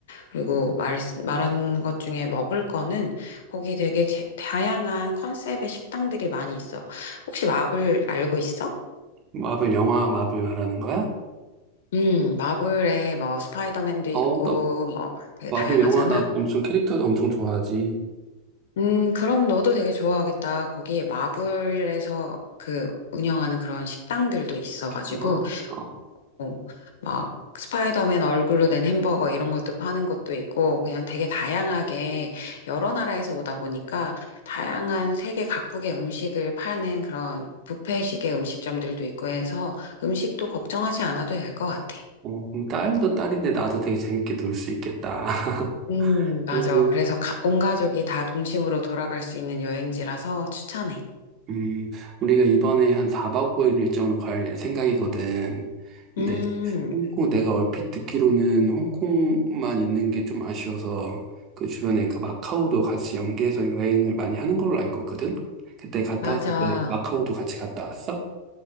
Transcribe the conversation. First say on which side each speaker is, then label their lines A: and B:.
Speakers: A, on the left (about 55°); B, on the right (about 35°).
A: 그리고 말, 말한 것 중에 먹을 거는 거기 되게 제- 다양한 컨셉의 식당들이 많이 있어. 혹시 마블 알고 있어?
B: 마블 영화 마블 말하는 거야?
A: 음, 마블에 뭐 스파이더맨도 있고
B: 어, 나
A: 뭐 되게
B: 마블
A: 다양하잖아.
B: 영화 나 엄청 캐릭터 엄청 좋아하지.
A: 음, 그럼 너도 되게 좋아하겠다. 거기 마블에서 그 운영하는 그런 식당들도 있어가지고
B: 어, 어,
A: 어, 막 스파이더맨 얼굴로 된 햄버거 이런 것도 파는 곳도 있고 그냥 되게 다양하게 여러 나라에서 오다 보니까 다양한 세계 각국의 음식을 파는 그런 뷔페식의 음식점들도 있고 해서 음식도 걱정하지 않아도 될 것 같아.
B: 어, 그럼 딸도 딸인데 나도 되게 재밌게 놀 수 있겠다. <laughs>
A: 음, 맞아.
B: 그러면
A: 그래서 가- 온 가족이 다 동심으로 돌아갈 수 있는 여행지라서 추천해.
B: 음, 우리가 이번에 한 4박 5일 일정으로 갈 생각이거든. 근데
A: 음,
B: 홍콩 내가 얼핏 듣기로는 홍콩만 있는 게 좀 아쉬워서 그 주변에 그 마카오도 같이 연계해서 여행을 많이 하는 걸로 알고 있거든. 그때 갔다
A: 맞아.
B: 왔을 때 마카오도 같이 갔다 왔어?